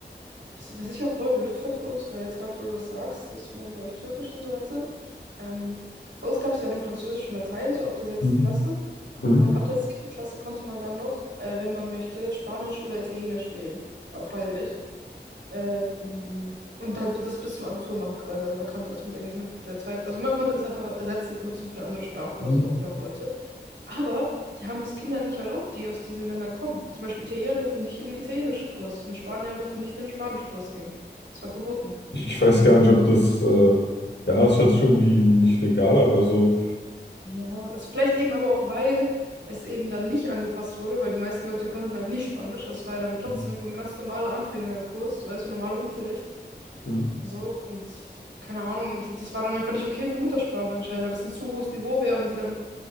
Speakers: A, on the right; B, on the left.
A: Was, was ich ja voll blöd fand für uns, weil jetzt gerade, wo du das sagst, dass man bei euch Türkisch und so hatte. Ähm, bei uns gab es ja nur Französisch und Latein, so ab der sechsten
B: Hm.
A: Klasse.
B: Hm.
A: Und ab der zehnten Klasse konnte man dann noch, äh, wenn man möchte, Spanisch oder Italienisch wählen. War freiwillig. Ähm, und halt das bis zum Abitur machen quasi. Also man kannte das mit, Eng- mit der zweiten, also man konnte das einfach ersetzend benutzen für eine andere Sprache oder
B: Hm.
A: so, auch wenn man wollte. Aber die haben es Kindern nicht erlaubt, die aus diesen Ländern kommen. Zum Beispiel Italiener durften nicht in den Italienischkurs und Spanier durften nicht in den Spanischkurs gehen. Das war verboten.
B: Ich, ich weiß gar nicht, ob das, äh, ja, es hört sich irgendwie nicht legal an. Also,
A: Ja, also vielleicht eben aber auch, weil es eben dann nicht angepasst wurde, weil die meisten Leute konnten halt nicht Spanisch. Also es war ja dann trotzdem
B: hm,
A: so ein ganz normaler Anfängerkurs, weißt du, normaler Unterricht.
B: hm.
A: So, und keine Ahnung, aber die, das war dann einfach nicht okay für Muttersprachler anscheinend, weil das ein zu hohes Niveau wäre und sie dann.